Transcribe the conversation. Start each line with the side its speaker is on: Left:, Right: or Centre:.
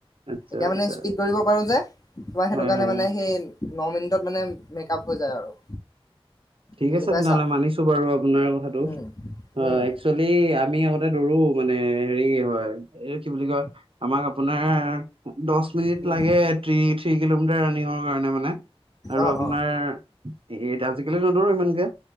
Right: আচ্ছা
Left: এতিয়া
Right: আচ্ছা
Left: মানে স্পীড দৌৰিব পাৰো যে তোমাৰ সেইটো
Right: হয়,
Left: কাৰণে
Right: হয়,
Left: মানে
Right: হয়।
Left: সে ন মিনিটত মানে মেকআপ হৈ যায় আৰু।
Right: ঠিক
Left: বুজি
Right: আছে
Left: পাইছা
Right: তেনেহ'লে মানিছো বাৰু, আপোনাৰ কথাটো
Left: উম,
Right: অ
Left: উম,
Right: একচেলি আমি নে দৌৰো মানে হেৰি হয় এইটো কি বুলি কয় আমাক আপোনাৰ দহ মিনিট
Left: উম,
Right: লাগে থ্ৰি কিলোমিটাৰ ৰানিঙৰ কাৰণে মানে। আৰু
Left: অ',
Right: আপোনাৰ
Left: অ',
Right: এট আজিকালি নদৌৰো ইমানকে।